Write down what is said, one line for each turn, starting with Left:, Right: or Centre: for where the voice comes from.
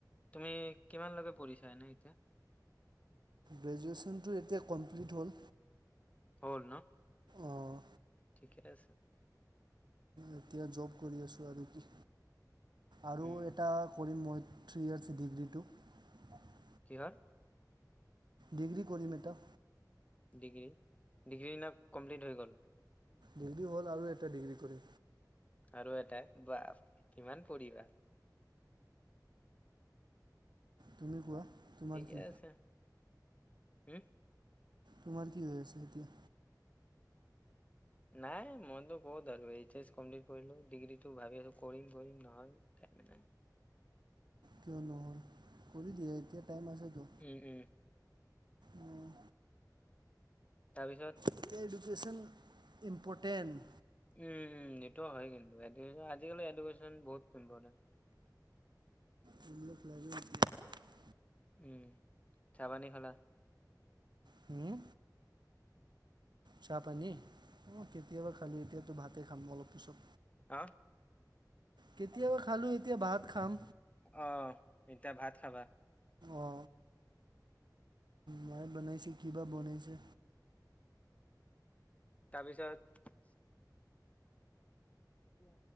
Left: তুমি কিমানলৈকে পৰিঢ়ছানে এতিয়া?
Right: গ্ৰেজুৱেশ্যনটো এতিয়া কমপ্লিট হ'ল
Left: হ'ল ন'
Right: অ'
Left: ঠিকে আছে।
Right: এতিয়া জব কৰি আছো আৰু কি? আৰু
Left: উম
Right: এটা কৰিম মই। <unintelligible>
Left: কি হ'ল
Right: ডিগ্ৰী কৰিম এতিয়া
Left: ডিগ্ৰী। ডিগ্ৰীৰ দিনা কমপ্লিট হৈ গ'ল।
Right: ডিগ্ৰী হ'ল আৰু এটা ডিগ্ৰী কৰি।
Left: আৰু এটাই বা কিমান পৰিবা।
Right: তুমি কোৱা। তোমাৰ
Left: ঠিকে
Right: কি
Left: আছে। হম।
Right: তোমাৰ কি হৈ আছে এতিয়া।
Left: নাই মইতো ক'ত আৰু এইচ এচ কমপ্লিট কৰিলো, ডিগ্ৰীটো ভাবি আছো, কৰিম কৰিম নহয় টাইম নাই।
Right: কিয়? নহল কৰি দিয়ে এতিয়া। টাইম আছেতো
Left: উম উম।
Right: অঁ
Left: তাৰপিছত।
Right: এতিয়া এডুকেশ্যন ইম্পৰ্টেণ্ট।
Left: উম উম এইটোও হয় কিন্তু, আজিকালি এডুকেশন বহুত ইম্পৰ্টেণ্ট।
Right: <inaudible>
Left: উম চা-পানী খালা।
Right: হুম চাহ পানী কেতিয়াবাই খালো, ‌এতিয়াতো ভাতে খাম অলপ পিছত।
Left: হা।
Right: কেতিয়াবাই খালো এতিয়া ভাত খাম।
Left: অ' এতিয়া ভাত খাবা?
Right: অ। মই বনাইচিলো। কিবা বনাইছে।
Left: তাৰপিছত। দিয়া।